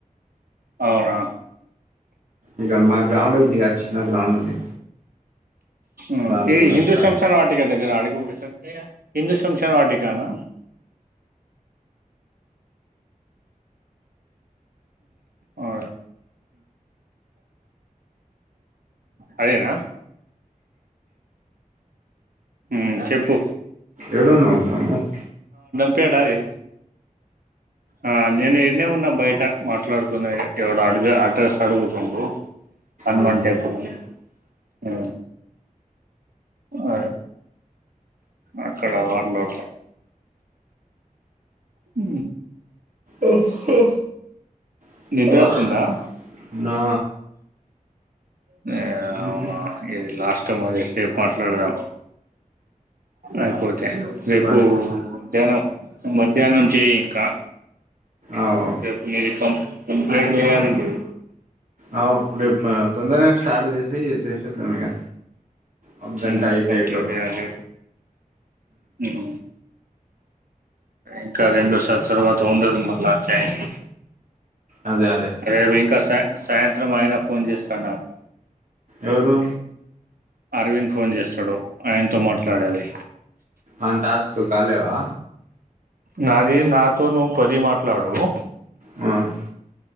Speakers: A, on the right (about 90°); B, on the right (about 60°).
A: అవునా
B: ఇగ మా గ్రౌండ్ ఉంది గ చిన్న గ్రౌండ్ ఉంది
A: ఆ
B: దాంట్లోనే
A: ఏ హిందూస్
B: స్టార్ట్
A: శమ్ <inaudible> వాటిగా దగ్గర అడుగు <inaudible> హిందు శంషావ వాటిి కానా అ అదేనా మ్ చెప్పు
B: ఏడున్నావ్ <inaudible>
A: ప్పేడావే ఆ నేనే ఎడ్న్నే ఉన్నా బయ్ టా మాట్లాడుతున్నాయి ఎవడు అడుగ అడ్రస్ అడుగుతుండు హనుమాన్
B: ఆహా
A: టేంపుల్ <inaudible> ఆ అ అక్కడ వా <inaudible> దం ఉ
B: ఓ హో <inaudible>
A: నిద్రస్తుందా
B: నా
A: నే
B: ఇంకేంటి
A: అవునా ఇది లాస్ట్ ఇష్టం అది రేపు మాట్లాడదాం అయిపోతు
B: ఇంకేంటి
A: టె
B: మరి చెప్పాలి
A: రేపు ధ్యానం మధ్యాహ్నం చేయి ఇంకా
B: అవు
A: పు యూనిఫం ఎప్లం ఏం లేవ అండి ఇపుడు
B: ఆవు రేపు ప తొందరనే స్టార్ట్ చేసి చేసేద్దాం ఇగ అవ్ గంటయిటెట్టు
A: ఉమ్ కంప్లీట్ చేయాలి ఉమ్ ఇంకా రెండోసారి తర్వాత ఉండదు మళ్ళా చైస్
B: అదే అదే
A: రేవింకా సై సాయంత్రం ఆయన ఫోన్ చేస్తడు నాకు.
B: ఎవరు?
A: అరవింద్ ఫోన్ చేస్తడు, ఆయనతో మాట్లాడాలి.
B: ఆన్ టాస్కులు కాలేవా
A: నాది నాతో నువ్వు పొది మాట్లాడుడు
B: ఉమ్